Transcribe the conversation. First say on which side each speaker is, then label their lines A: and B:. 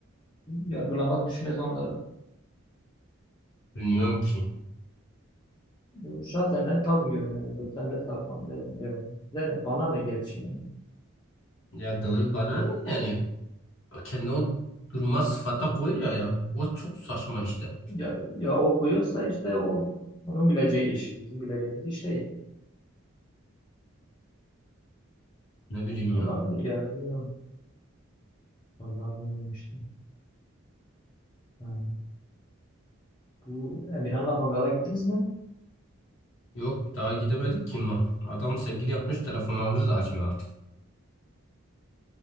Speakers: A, on the left; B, on the left.
A: yargılamaz düşmez onları.
B: Bilmiyorum ki.
A: Ee, Şahsen ben takmıyorum yani. Sen de takmam derim. Eyvallah. Bize ne- Bana ne gerçi yani.
B: Ya doğru bana ne yani kendi o duruma sıfata koyuyor ya. O çok saçma işte.
A: Ya, ya o koyuyorsa işte o onun bileceği iş. Bizim bileceğimiz iş değil.
B: Ne bileyim
A: Olabilir
B: ya.
A: yani bilmiyorum. Vallahi bilmiyorum işte. Ha, bu Emirhan'la mangala gittiniz mi?
B: Yok daha gidemedik ki ma. Adam sevgili yapmış telefonlarımızı da açmıyor artık.